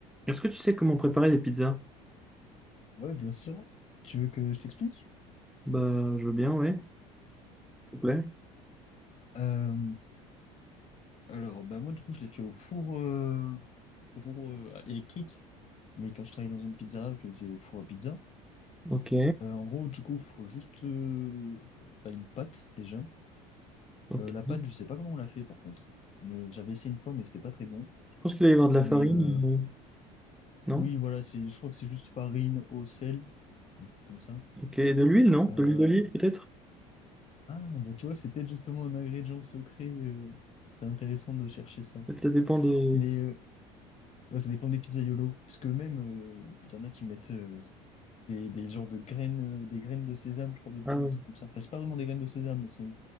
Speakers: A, in the centre; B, on the left (about 40°).
A: Est-ce que tu sais comment préparer des pizzas?
B: Ouais, bien sûr. Tu veux que je t'explique?
A: Bah, je veux bien, ouais. S'il te plaît.
B: Euh, Alors, bah moi, du coup, je l'ai fait au four, euh, au four euh, électrique. Mais quand je travaillais dans une pizzeria, je le faisais au four à pizza.
A: Ok,
B: Euh, en gros, du coup, faut juste euh, bah, une pâte, déjà.
A: ok.
B: Euh, la pâte, je sais pas comment on l'a fait, par contre. Mais j'avais essayé une fois, mais c'était pas très bon.
A: Je pense qu'il va y avoir de la
B: Mais
A: farine,
B: euh,
A: ou- non?
B: oui, voilà, c'est, je crois que c'est juste farine, eau, sel, un truc comme ça.
A: Ok, de l'huile, non?
B: Euh,
A: De l'huile d'olive, peut-être?
B: Ah, bah tu vois, c'est peut-être justement un ingrédient secret. euh, Ce serait intéressant de chercher ça.
A: Peut-être Ça dépend des...
B: Mais euh, ouais, ça dépend des pizzaiolos. Parce que même, euh, il y en a qui mettent euh, des, des genres de graines, euh, des graines de sésame, je crois, dedans,
A: Ah ouais.
B: un truc comme ça. Enfin, c'est pas vraiment des graines de sésame, mais c'est un